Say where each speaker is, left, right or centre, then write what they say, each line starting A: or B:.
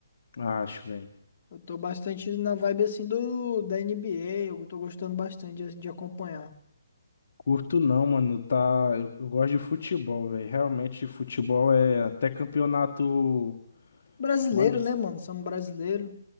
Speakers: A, on the left; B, on the left.
A: Acho, velho.
B: Eu tô bastante na vibe assim do da NBA, eu tô gostando bastante de, de acompanhar.
A: Curto não, mano, tá, eu, eu gosto de futebol, velho. Realmente futebol é até campeonato,
B: Brasileiro,
A: mano, de-
B: né, mano? Somos brasileiro.